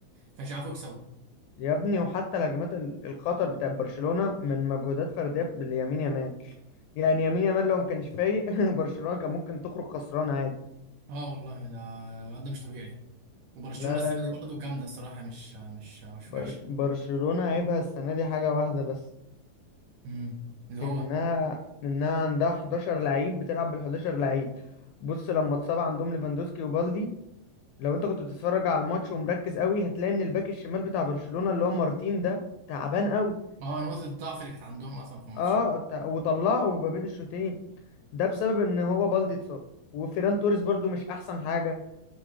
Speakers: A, on the right (about 75°); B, on the left (about 80°).
A: كانش عارفوا يكسبوا
B: يا ابني وحتى الهجمات ال- الخطر بتاع برشلونه من مجهودات فرديه باليمين يامال يعني يمين يامال لو ما كانش فايق <laughs> برشلونه كان ممكن تخرج خسران عادي
A: اه والله ده الواد ده مش طبيعي وبرشلونه
B: لا
A: السنه
B: لا الو-
A: دي برضه جامده الصراحه مش مش مش
B: برش...
A: وحشه
B: برشلونه عيبها السنه دي حاجه واحده بس
A: مم. اللي هو
B: انها انها عندها 11 لعيب بتلعب بال 11 لعيب بص لما اتصاب عندهم ليفاندوسكي وبالدي لو انت كنت بتتفرج على الماتش ومركز قوي هتلاقي ان الباك الشمال بتاع برشلونة اللي هو مارتين ده تعبان قوي
A: اه نقطه الضعف اللي كانت عندهم اصلا في الماتش
B: اه تع- وطلعه ما بين الشوطين ده بسبب ان هو بالدي اتصاب وفيران توريس برضو مش احسن حاجة